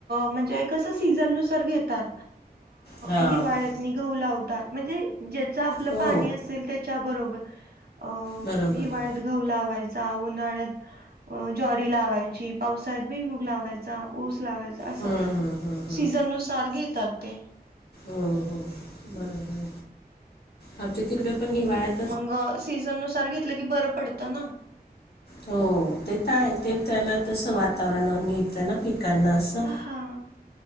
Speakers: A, on the right; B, on the left.
A: म्हणजे कसं सीझन नुसार घेतात
B: हा.
A: हिवाळ्यात. आणि गहू लावतात म्हणजे ज्याच आपलं
B: हो
A: पाणी असेल त्याच्याबरोबर. अ
B: बरोबर
A: हिवाळ्यात.
B: आहे.
A: गहू लावायचा उन्हाळ्यात ज्वारी लावायची पावसाळ्यात भुई मुग लावायच. ऊस लावायचा असं
B: हम्म हम्म हम्म हम्म.
A: सीजन नुसार घेतात ते
B: हो हो बरोबर आमच्या तिकडे पण हिवाळ्यात.
A: मग सीझन नुसार घेतलं की बरं पडतं ना?
B: हो ते तर आहे. ते त्याला तसं वातावरणवर मिळतय ना पिकांना असं
A: हा